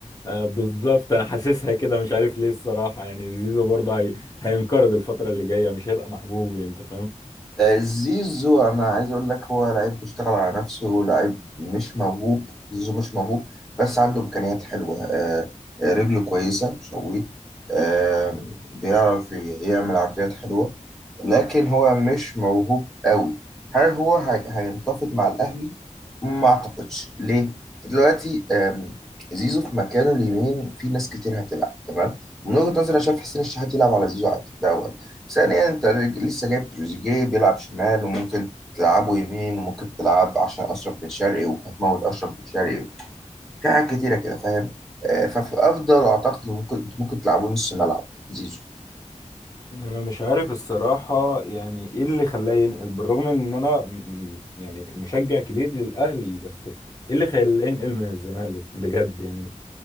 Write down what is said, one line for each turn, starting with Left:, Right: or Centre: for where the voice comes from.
Left: آه، بالظبط انا حاسسها كده مش عارف ليه الصراحه يعني زيزو برضه هي... هينقرض الفتره اللي جايه مش هيبقى محبوب انت فاهم
Centre: آه، زيزو انا عايز اقول لك هو لعيب بيشتغل على نفسه لعيب مش موهوب زيزو مش موهوب بس عنده امكانيات حلوه آه، آه، رجله كويسه شويت آه، بيعرف يعمل عرضيات حلوه لكن هو مش موهوب قوي هل هو هي- هينتفض مع الاهلي ما اعتقدش ليه دلوقتي آم، زيزو في مكانه اليمين في ناس كتير هتلعب تمام من وجهة نظري انا شايف حسين الشحات يلعب على زيزو عادي ده أولا. ثانيا انت لسه جايب تروزيجيه بيلعب شمال وممكن تلعبه يمين وممكن تلعب عشان اشرف بن شرقي وهتموت اشرف بن شرقي في حاجات كتيره كده فاهم آه، ففي افضل اعتقد إن ممكن انتوا ممكن تلعبوا نص ملعب زيزو
Left: مم. انا مش عارف الصراحه يعني ايه اللي خلاه ينقل بالرغم ان انا م- يعني مشجع كبير للاهلي بس ايه اللي خلاه ينقل من الزمالك بجد يعني